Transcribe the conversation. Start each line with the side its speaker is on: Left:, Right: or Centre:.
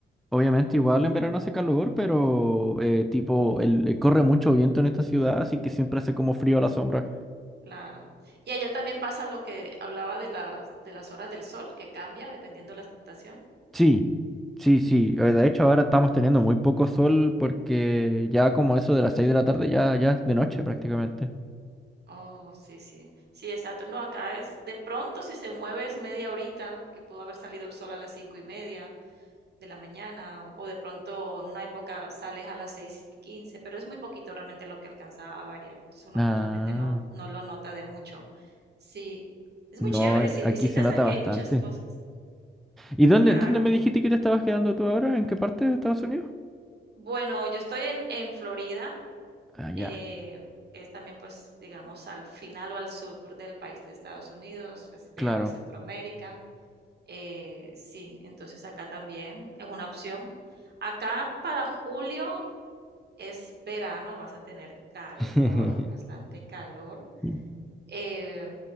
Centre: Obviamente igual en verano hace calor, pero eh, tipo, el, eh, corre mucho viento en esta ciudad, así que siempre hace como frío a la sombra.
Right: claro. Y allá también pasa lo que hablaba de las, de las horas del sol, que cambia dependiendo de la estación.
Centre: Sí, sí, sí. Eh, De hecho, ahora estamos teniendo muy poco sol porque ya como eso de las 6 de la tarde ya, ya es de noche prácticamente.
Right: Oh, sí, sí. Sí, exacto. No, acá es de pronto si se mueve es media horita, que pudo haber salido el sol a las cinco y media. de la mañana o de pronto en una época sales a las 6 y 15, pero es muy poquito realmente lo que alcanza a variar. Entonces uno
Centre: Ah,
Right: pues realmente no, no lo nota de mucho. Sí, es
Centre: no,
Right: muy chévere.
Centre: a-
Right: Si visitas
Centre: aquí se nota
Right: aquí
Centre: bastante.
Right: hay muchas cosas.
Centre: ¿Y dónde,
Right: Claro.
Centre: dónde me dijiste que te estabas quedando tú ahora? ¿En qué parte de Estados Unidos?
Right: Bueno, yo estoy en, en Florida,
Centre: Ah, ya,
Right: eh, que es también pues digamos al final o al sur del país de Estados Unidos, casi pegado
Centre: claro.
Right: a Centroamérica. Eh, sí, entonces acá también es una opción. Acá para julio Es verano, vas a tener calor,
Centre: <laughs>
Right: bastante calor,
Centre: Mm.
Right: eh,